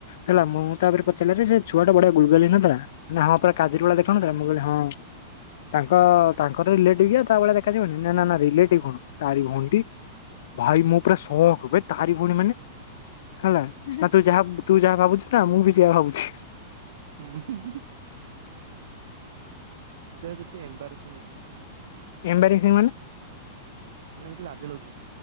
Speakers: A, on the left; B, on the right.
A: ହେଲା ମୁଁ ତାପରେ ପଚାରିଲି ଆରେ ସେ ଛୁଆ ଟା ବଢିଆ ଗୁଲଗାଲିଆ ନଥିଲା ନା ହଁ ପରା କାଜରି ଭଳିଆ ଦେଖା ଯାଉନଥିଲା ମୁଁ କହିଲି ହଁ ତାଙ୍କ ତାଙ୍କର ରିଲେଟିଭ ତା ଭଳିଆ ଦେଖାଯିବନି ନା ନା ରିଲେଟିଭ କଣ ତାରି ଭଉଣୀ ଟି ଭାଇ ମୁଁ ପୁରା ସକ୍ ବେ। ତାରି ଭଉଣୀ ମାନେ ହେଲା ନା ତୁ ଯାହା ତୁ ଯାହା ଭାବୁଛୁ ନା ମୁଁ ବି ସେୟା ଭାବୁଛି।
B: ହୁଁ ବିଚାରି କେତେ ଏମ୍ବାରେସିଙ୍ଗ ହେଇଥିବ।
A: ଏମ୍ବାରେସିଙ୍ଗ ମାନେ?
B: ମାନେ କେତେ ଲାଜ ଲାଗୁଥିବ।